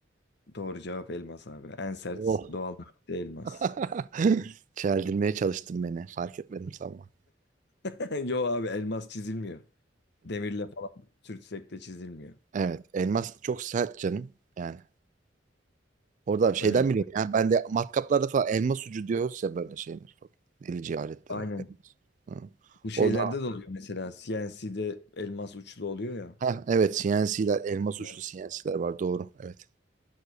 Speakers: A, on the left; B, on the right.
A: Doğru cevap elmas abi. En sert
B: Oh.
A: doğal madde elmas.
B: <laughs> Çeldirmeye çalıştın beni. Fark etmedim sanma.
A: <laughs> Yo abi elmas çizilmiyor. Demirle falan sürtsek de çizilmiyor.
B: Evet. Elmas çok sert canım. Yani. Orada bir şeyden
A: Aynen.
B: biliyorum ya. Ben de matkaplarda falan elmas ucu diyoruz ya böyle şeyler falan. Delici aletlere.
A: Aynen.
B: Elmas. Hı.
A: Bu şeylerde
B: Orada
A: de oluyor mesela. CNC'de elmas uçlu oluyor ya.
B: ha, evet CNC'ler elmas
A: Güzel.
B: uçlu CNC'ler var doğru. Evet.